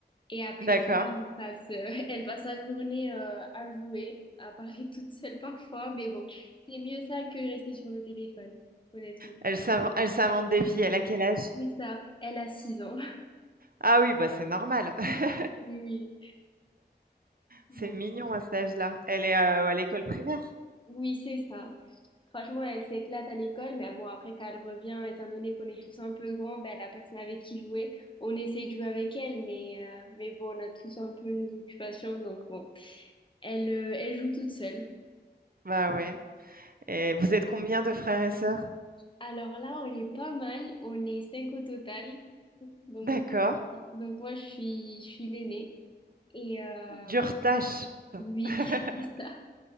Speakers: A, on the left; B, on the right.
A: Et après
B: D'accord.
A: ça, elle passe, euh, <laughs> elle passe la journée euh, à jouer, à parler <laughs> toute seule parfois, mais bon, c'est mieux ça que rester sur le téléphone, honnêtement.
B: Elle s'inven elle s'invente des vies, elle a quel âge?
A: Mais ça, elle a 6 ans. <laughs>
B: Ah oui, bah c'est normal. <laughs>
A: Oui, donc,
B: C'est mignon
A: euh,
B: à cet âge-là. Elle est, heu, à l'école primaire?
A: oui, c'est ça. Franchement, elle s'éclate à l'école, mais bon, après, quand elle revient, étant donné qu'on est tous un peu grands, ben, la personne avec qui jouer, on essaie de jouer avec elle, mais, euh, mais bon, on a tous un peu nos occupations, donc bon, elle, euh, elle joue toute seule.
B: Bah ouais et vous êtes combien de frères et sœurs?
A: Alors là, on est pas mal, on est cinq au total. Donc,
B: D'accord.
A: euh, donc moi, je suis, je suis l'aînée. Et euh,
B: Dure tâche.
A: oui,
B: <laughs>
A: <laughs> c'est ça,